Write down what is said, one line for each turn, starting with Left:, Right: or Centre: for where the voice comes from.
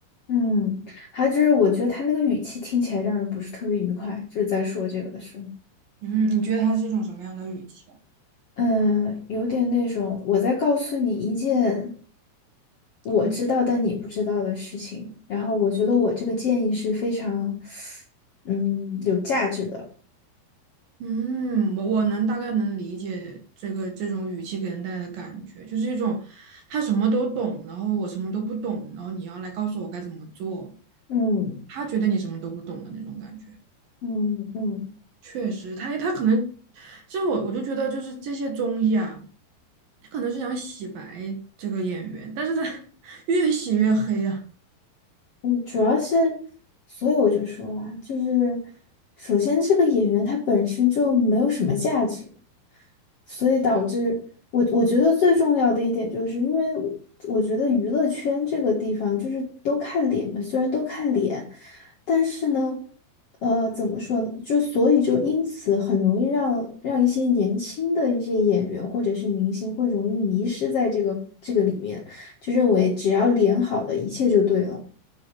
Left: 嗯，还有就是我觉得他那个语气听起来让人不是特别愉快，就是在说这个的时候，
Right: 嗯，你觉得他是一种什么样的语气啊？
Left: 嗯，有点那种我在告诉你一件我知道但你不知道的事情，
Right: 哦
Left: 然后我觉得我这个建议是非常，嗯，有价值的。
Right: 嗯，我我能大概能理解这个这种语气给人带来的感觉，就是一种他什么都懂，然后我什么都不懂，然后你要来告诉我该怎么做，
Left: 嗯
Right: 他觉得你什么都不懂的那种感觉。
Left: 嗯嗯。
Right: 确实，他他可能，其实我我就觉得就是这些综艺啊，他可能是想洗白这个演员，但是他 <laughs> 越洗越黑啊。
Left: 嗯，主要是，所以我就说啦，就是首先这个演员他本身就没有什么价值，所以导致我我觉得最重要的一点就是因为我我觉得娱乐圈这个地方就是都看脸嘛，虽然都看脸，但是呢，呃，怎么说呢？就所以就因此很容易让让一些年轻的一些演员或者是明星会容易迷失在这个这个里面，就认为只要脸好的一切就对了。